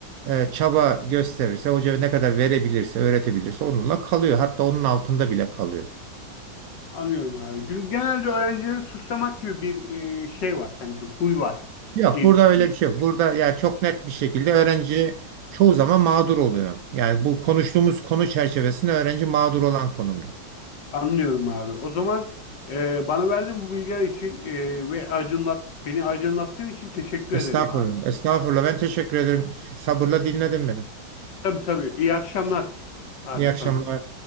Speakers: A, on the right (about 65°); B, on the left (about 65°).
A: e, çaba gösterirse, hoca ne kadar verebilirse, öğretebilirse onunla kalıyor. Hatta onun altında bile kalıyor.
B: Anlıyorum abi. Çünkü genelde öğrencileri suçlamak gibi bir e, şey var sanki huy var
A: Yok
B: diye
A: burada
B: düşünüyorum.
A: öyle bir şey yok. Burada yani çok net bir şekilde öğrenci çoğu zaman mağdur oluyor. Yani bu konuştuğumuz konu çerçevesinde öğrenci mağdur olan konumda.
B: Anlıyorum abi. O zaman e, bana verdiğin bu bilgiler için e, ve aydınlat beni aydınlattığın için teşekkür
A: Estağfurullah.
B: ederim abi.
A: Estağfurullah. Ben teşekkür ederim. Sabırla dinledin beni.
B: Tabii tabii. İyi akşamlar abi
A: İyi akşamlar.
B: sana.